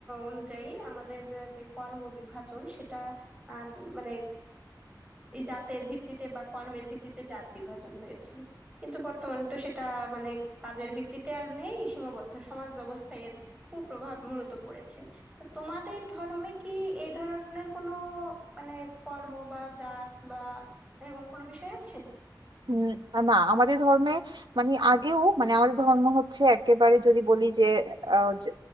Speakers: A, on the right; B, on the right.
A: অনুযায়ী আমাদের যে কর্ম বিভাজন সেটা আহ, মানে এই জাতের ভিত্তিতে বা কর্মের ভিত্তিতে জাত বিভাজন হয়েছে কিন্তু বর্তমানে তো সেটা মানে কাজের ভিত্তিতে আর নেই সীমাবদ্ধ সমাজ ব্যবস্থায় এর কুপ্রভাব মূলত পড়েছে তো তোমাদের ধর্মে কি এই ধরনের কোনো মানে কর্ম বা জাত বা এরকম কোনো বিষয় আছে
B: উম, না আমাদের ধর্মে মানে আগেও মানে আমাদের ধর্ম হচ্ছে একেবারে যদি বলি যে আহ, যে